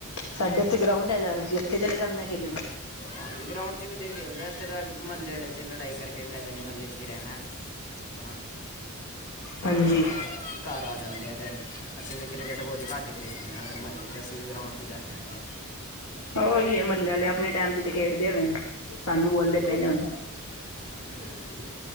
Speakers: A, on the left (about 80°); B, on the left (about 35°).
A: ਸਾਡੇ ਉੱਥੇ ਗਰਾਊਂਡ ਹੈ। ਅਸੀਂ ਉੱਥੇ ਚਲੇ ਜਾਂਦੇ ਆ ਖੇਡਣ।
B: ਹਾਂਜੀ, ਗਰਾਊਂਡ ਚ ਵੀ ਤੇ ਖੇਲਦਾ। ਇੱਥੇ ਤਾਂ ਮੱਹਲੇ ਆਲੇ ਚ ਲੜਾਈ ਕਰਕੇ ਫਾਇਦਾ ਨੀ, ਮਹੱਲੇ ਚ ਹੀ ਰਹਿਣਾ। ਆਪਣਾ
A: ਹਾਂਜੀ
B: ਤਾਂ ਕਰਕੇ। ਘਰ ਆ ਜਾਂਦੇ ਆ, ਫਿਰ ਅਸੀਂ ਵੀ ਕ੍ਰਿਕੇਟ ਬਹੁਤ ਹੀ ਘੱਟ ਹੀ ਖੇਡਦੇ ਹਾਂ। ਫਿਰ ਮਹੱਲੇ 'ਚ ਅਸੀਂ ਵੀ, ਗਰਾਊਂਡ 'ਚ ਈ ਜਾਂਨੇ ਆ ਬਾਹਰ।
A: ਹੋਰ ਕਿ, ਮਹੱਲੇ ਆਲੇ ਆਪਣੇ ਟਾਈਮ 'ਤੇ ਖੇਡਦੇ ਹੋਣੇ। ਸਾਨੂੰ ਬੋਲਦੇ ਪਏ ਨੇ ਹੁਨ।
B: ਹਾਂਜੀ,